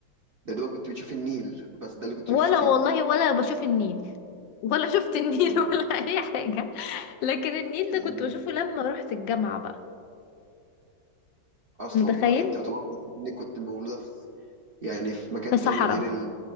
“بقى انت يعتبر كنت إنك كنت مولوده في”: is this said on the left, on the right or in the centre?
Right